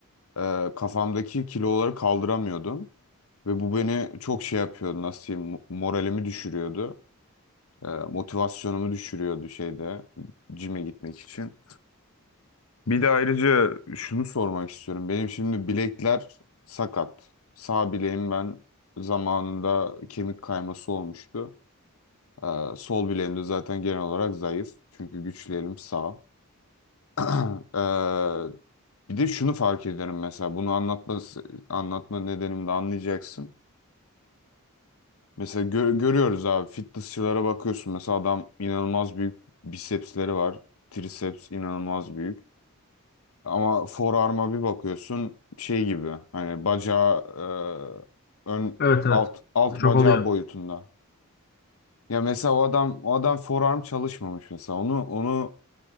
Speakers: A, on the left (about 75°); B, on the left (about 45°).
A: e, kafamdaki kiloları kaldıramıyordum ve bu beni çok şey yapıyordu nasıl diyeyim mo- moralimi düşürüyordu. E, motivasyonumu düşürüyordu şeyde cime gitmek için. Bir de ayrıca şunu sormak istiyorum. Benim şimdi bilekler sakat. Sağ bileğim ben zamanında kemik kayması olmuştu. E, sol bileğim de zaten genel olarak zayıf. Çünkü güçlerim sağ. <clears throat> Eee, bir de şunu fark ediyorum mesela bunu anlatma anlatma nedenimi de anlayacaksın. Mesela gö- görüyoruz abi fitnessçılara bakıyorsun mesela adam inanılmaz büyük bisepsleri var. Triceps inanılmaz büyük. Ama forearm'a bir bakıyorsun şey gibi hani bacağı eee, ön
B: Evet evet.
A: alt alt
B: Çok
A: bacağı
B: oluyor.
A: boyutunda. Ya mesela o adam o adam forearm çalışmamış mesela. Onu onu